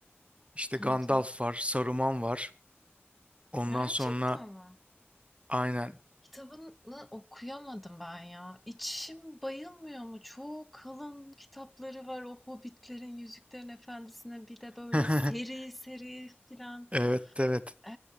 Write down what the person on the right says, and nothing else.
İşte Gandalf
var, Saruman var. Ondan
sonra
aynen.
<laughs>
Evet, evet.